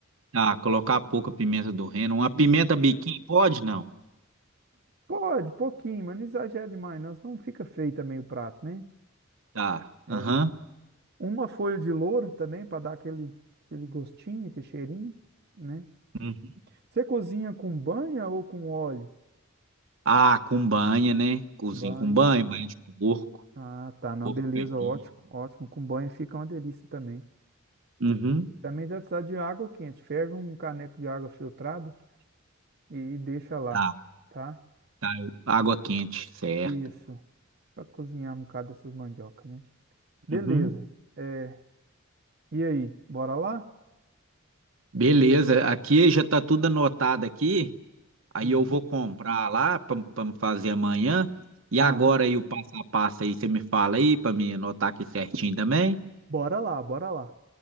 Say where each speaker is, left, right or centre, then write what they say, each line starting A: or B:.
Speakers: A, on the right; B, on the right.
A: tá. Colocar pouca pimenta do reino. Uma pimenta
B: E
A: biquinho, pode? Não.
B: pode, pouquinho, mas não exagera demais, não, senão fica feio também o prato, né?
A: Tá.
B: É,
A: Aham.
B: uma folha de louro também para dar aquele, aquele gostinho, aquele cheirinho, né?
A: Uhum.
B: Você cozinha com banha ou com óleo?
A: Ah, com banha, né? Cozinho
B: Banho.
A: com banho, banho de porco.
B: Ah, tá, não,
A: Porco
B: beleza,
A: caipira.
B: ótimo, ótimo. Com banho fica uma delícia também.
A: Uhum.
B: Também vai precisar de água quente. Ferve um caneco de água filtrada e deixa lá,
A: Tá,
B: tá?
A: tá. Água quente, certo.
B: Isso, para cozinhar um bocado dessas mandiocas, né? Beleza.
A: Uhum.
B: É, e aí, bora lá?
A: Beleza. Aqui já tá tudo anotado aqui. Aí
B: Uhum.
A: eu vou comprar lá para me fazer amanhã. E agora
B: Aham.
A: aí o passo a passo aí, você me fala aí para me anotar aqui certinho também?
B: Bora lá, bora lá.